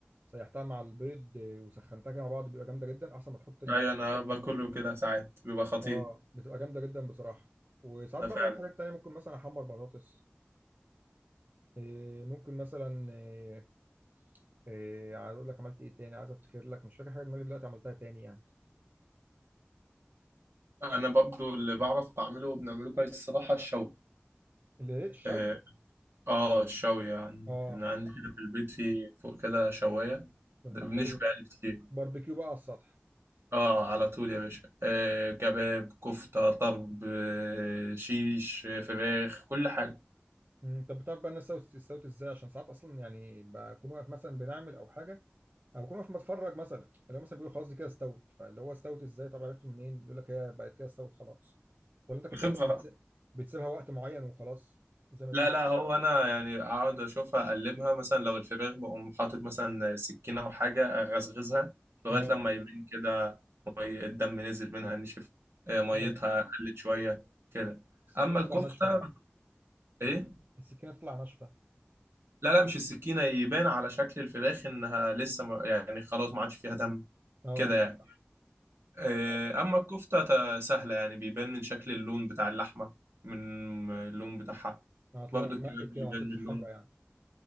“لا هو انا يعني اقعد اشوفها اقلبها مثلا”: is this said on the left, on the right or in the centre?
Right